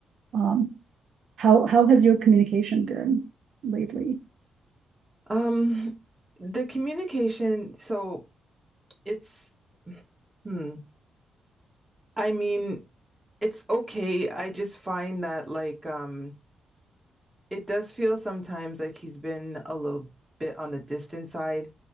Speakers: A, on the right; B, on the right.
A: um, How how has your communication been lately?
B: Um, the communication, so It's hmm. I mean, it's okay. I just find that like um it does feel sometimes like he's been a little bit on the distant side,